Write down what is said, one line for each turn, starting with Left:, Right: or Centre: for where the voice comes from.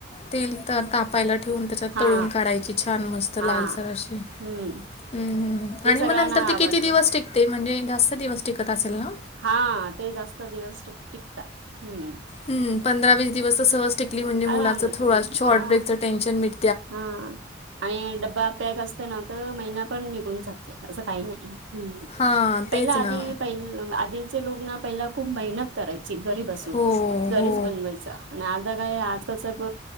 Left: तेल तर तापायला ठेवून त्याच्यात
Right: हा
Left: तळून काढायची छान मस्त.
Right: हा
Left: लालसर
Right: हम्म
Left: अशी हं हं हं.
Right: ते
Left: आणी
Right: सगळ्यांना
Left: मग नंतर ते
Right: आवडते
Left: किती दिवस टिक ते म्हणजे जास्त दिवस टिकत असेल ना?
Right: हा ते जास्त दिवस टिक-टिकतात हम्म.
Left: हम्म पंधरा विस दिवस सहज टिकली म्हणजे
Right: आरामात
Left: मुलांच थोडा शॉर्ट
Right: हा
Left: ब्रेकचं टेन्शन मिट
Right: हा आणि डब्बा पॅक असतं ना तर महिना पण निघून जातो असं काही नाही. हम्म.
Left: हां,
Right: पहिला
Left: तेच
Right: आधी
Left: ना.
Right: पहि आधीचे लोग ना पहिला खूप मेहनत करायची घरी बसून.
Left: हो,
Right: घरीच
Left: हो.
Right: बनवायच आणि आता काय आजकाल सब